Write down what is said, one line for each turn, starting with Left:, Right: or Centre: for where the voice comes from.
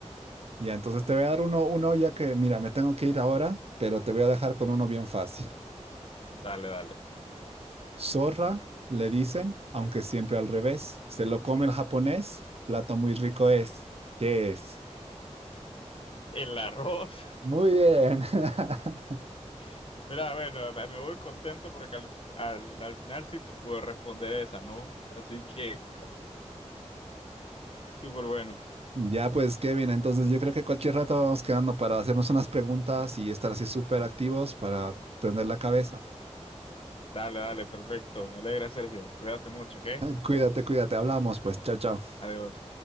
Right: Ya, entonces te voy a dar uno, uno ya que, mira, me tengo que ir ahora, pero te voy a dejar con uno bien fácil.
Left: Dale, dale.
Right: Zorra, le dicen, aunque siempre al revés. Se lo come el japonés, plato muy rico es. ¿Qué es?
Left: El arroz.
Right: Muy bien. <laughs>
Left: <laughs> Mira, bueno, me me voy contento porque al, al, al final sí te pude responder esa, ¿no? Así que, súper bueno.
Right: Ya pues, Kevin, entonces yo creo que cualquier rato vamos quedando para hacernos unas preguntas y estar así súper activos para prender la cabeza.
Left: Dale, dale, perfecto. Me alegra, Sergio. Cuídate mucho, ¿ok?
Right: Cuídate, cuídate, hablamos, pues, chao, chao.
Left: Adiós.